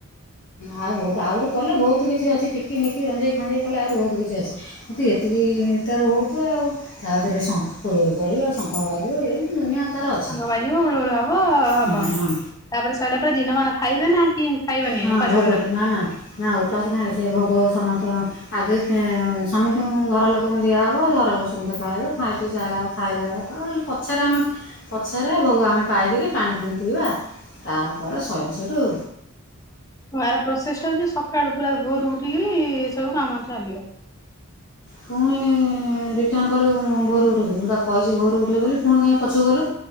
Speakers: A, on the left; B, on the left.
A: ଆଉ ଆହୁରି କଲେ ବହୁତ କିଛି ଅଛି। କିମିତି ରଞ୍ଜେଇ ଖଞ୍ଜେଇ କଲା ରୋଡରେ ଆସି। କିନ୍ତୁ ଏତିକି ତାର ହଉତ ଆଉ ତା ପରେ ଶ ହୁଳହୁଳି ପଡିବ ଶଙ୍ଖ ବାଜିବ ଏ ଦୁନିଆ ତାର ଅଛିଁ
B: ସାଙ୍ଗ ବାଜିବ ହୁଳହୁଳ ହବ ହବ।
A: ହଁ।
B: ତାପରେ ସରିଲା ପରେ ଦିନମାନ ଖାଇବେ ନା କି ଖାଇବେନି
A: ହଁ
B: ଉପାସରେ
A: ଭୋଗ
B: ରହିବେ?
A: ନା ନା ନା ଉପାସନାରେ ସେ ଭୋଗ ସମସ୍ତ ଆଗେ ସମସ୍ତଙ୍କୁ ଘର ଲୋକ କଣ ଦିଆହବ ଘର ଲୋକ ସମସ୍ତେ ଖାଇବେ ଖାଇ ପିଇ ଖାଇଲାବେଳେ ଖାଇଲା ପଛରେ ଆମେ ପଛରେ ଭୋଗ ଆମେ ପାଇକରି ପାଣି ଫୁଣି ପିଇବା ତାପରେ ସଇଲା ସେଠୁ
B: ଏହାର ପ୍ରୋସେସଟା ହଉଛି ସକାଳୁ ପୁରା ଭୋରୁ ଉଠିକିରି ଏ ସବୁ କାମ ଚାଲିବ?
A: ପୁଣି
B: ହୁଁ।
A: ରିଟର୍ଣ୍ଣ କଲୁ ଭୋରୁ ଘରୁ ଉଠେଇ ବୋଲିି ବା କହିଛି ଘୋରୁ ଉଠେଇ ବୋଲି ପୁଣି କାଇହିଁ ପଛକୁ କଲୁ?